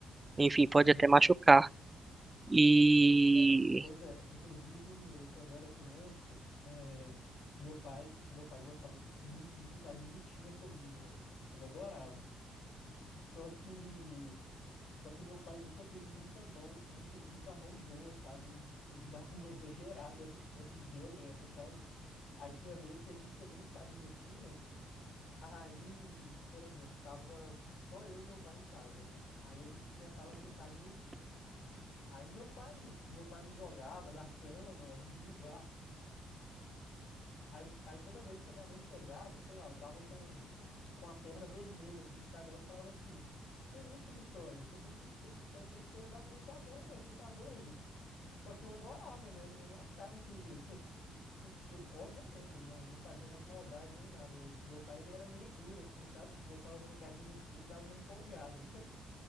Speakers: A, on the right; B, on the left.
A: enfim, pode
B: Aham.
A: até machucar. E
B: É, pois é, inclusive quando eu era criança, é, meu pai, meu pai gostava muito de brincar de lutinha comigo, né? Ele adorava. Só que Só que o meu pai nunca teve muita mão, muito, muito a mão boa, sabe? Ele, ele <laughs> dava uma exagerada, assim, violenta, sabe? Aí tinha vez que a gente ia brincar de lutinha, aí, por exemplo, tava só eu e meu pai em casa, né? Aí a gente começava a brincar de lutinha. Aí meu pai, meu pai me jogava da <laughs> cama, me derrubava. Aí, aí toda vez que a minha mãe chegava, sei lá, eu tava com, com a perna vermelha, assim, sabe? Ela falava assim: Que isso, Vitório? Você tem que, ter- tem, tem que pesar menos a mão, ué, você tá doido? Só que eu adorava, né? Eu, não- eu não achava que, <laughs> que, que ele, obviamente, ele não, não fazia na maldade nem nada, mas meu pai, ele era meio duro, assim, sabe? Começava a brincar de lutinha, ele dava uma empolgada.